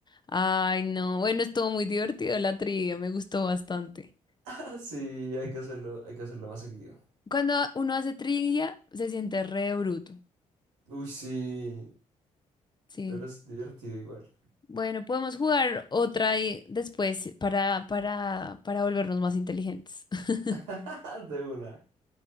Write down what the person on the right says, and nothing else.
Ah, sí, hay que hacerlo, hay que hacerlo más seguido.
Uy, sí,
pero es divertido igual.
<laughs> De una.